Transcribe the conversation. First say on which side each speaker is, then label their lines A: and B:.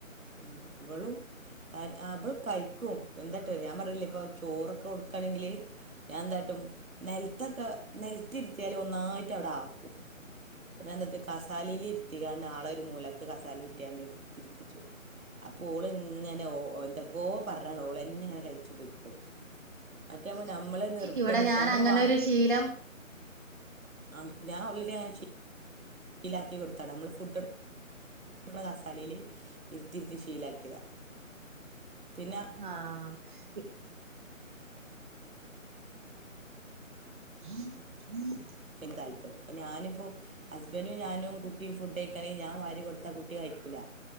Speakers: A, on the right; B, on the right.
A: ഉം ഇവളും ത ആഹ് ഇവള് കഴിക്കും എന്താട്ട് ഞാൻ പറഞ്ഞില്ലെ ഇപ്പൊ ചോറൊക്കെ കൊടുക്കാണെങ്കില് ഞാൻ ന്തായിട്ടും നെലത്തൊക്കെ നെലത്തിരുത്തിയാല് ഒന്നായിട്ട് അവിടെ ആക്കും. പിന്നെ എന്തത് കസാലിൽ ഇരിതികാണ്ട് ആളെ ഒരു മൂലക്ക് കസാലി ഇട്ടിയാണ്ട് ഇരിപ്പിച്ചും. അപ്പൊ ഓള് ഇങ്ങനെ ഓ എന്തൊക്കോ പറഞ്ഞാണ്ട് ഓളെന്നെ ഇങ്ങനെ കഴിച്ചു പൊയിക്കോളും. മറ്റാവുമ്പ നമ്മള് നിർബന്ധിച്ച്
B: ഇവിടെ ഞാൻ
A: നമ്മള്
B: അങ്ങനെ
A: വാ
B: ഒരു ശീലം
A: ആഹ് ഞാൻ ഓൾ റെഡി അങ്ങനെ ചെയ് ശീലാക്കി കൊടുത്താണ് ഞമ്മള് ഫുഡൊ ടക്ക്ണ കസാലീല് ഇര്ത്തിര്ത്തി ശീലാക്കിയതാ. പിന്നാ
B: ആഹ് പി <unintelligible>
A: താല്പര്യം ഞാനിപ്പോൾ ഹസ്ബന്റും ഞാനും കുട്ടിയും ഫുഡ് കയ്ക്കാണെ ഞാൻ വാരി കൊടുത്ത കു ട്ടി കയ്കൂല